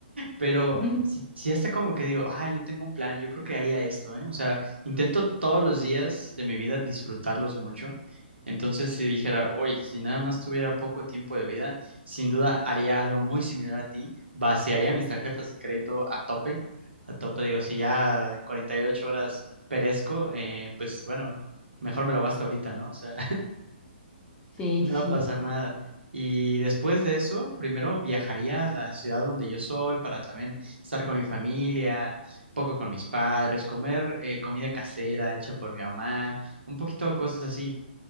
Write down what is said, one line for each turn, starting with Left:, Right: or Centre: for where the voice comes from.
Right: pero
Left: <laughs> Ujú.
Right: si si hasta como que digo, ah, yo tengo un plan, yo creo que haría esto, ¿eh? O sea, intento todos los días de mi vida disfrutarlos mucho. Entonces, si dijera, hoy, si nada más tuviera poco tiempo de vida, sin duda haría algo muy similar a ti, vaciaría mis tarjetas de crédito a tope, a tope, digo, si ya en 48 horas perezco, eh, pues bueno, mejor me lo gasto ahorita, ¿no? O sea,
Left: Sí,
Right: no
Left: sí.
Right: va a pasar nada. Y después de eso, primero viajaría a la ciudad donde yo soy para también estar con mi familia, un poco con mis padres, comer eh, comida casera hecha por mi mamá, un poquito cosas así.